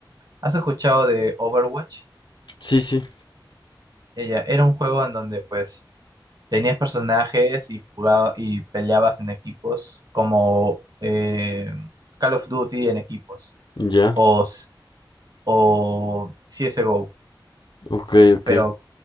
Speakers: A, on the right; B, on the left.
A: ¿has escuchado de Overwatch?
B: Sí, sí,
A: Ella era un juego en donde pues tenías personajes y jugaba- y peleabas en equipos, como eh, Call of Duty en equipos,
B: ya,
A: o, s- o CSGO.
B: ok, ok.
A: pero